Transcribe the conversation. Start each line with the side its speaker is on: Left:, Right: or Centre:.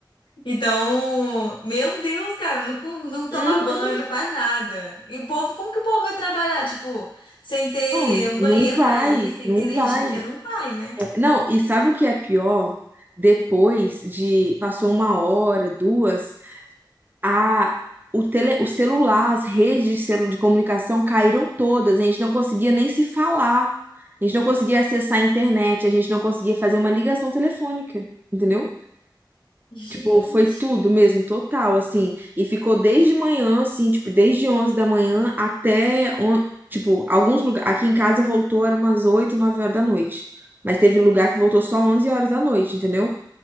Left: Então, meu Deus, cara, não, co- não toma
Right: uhum,
Left: banho, não faz nada. E o povo, como que o povo vai trabalhar? Tipo, sem ter
Right: Não,
Left: um banheiro
Right: não vai,
Left: pra ir, sem
Right: não
Left: ter energia,
Right: vai.
Left: não vai, né?
Right: Não, e sabe o que é pior? Depois de passou uma hora, duas, a o, tele, o celular, as redes de celu- de comunicação caíram todas. A gente não conseguia nem se falar. A gente não conseguia acessar a internet, a gente não conseguia fazer uma ligação telefônica, entendeu? Tipo,
Left: Gente,
Right: foi tudo mesmo, total, assim. E ficou desde manhã, assim, tipo, desde 11 da manhã até, on- tipo, alguns lugares. Aqui em casa voltou, era umas 8 9 horas da noite. Mas teve lugar que voltou só 11 horas da noite, entendeu?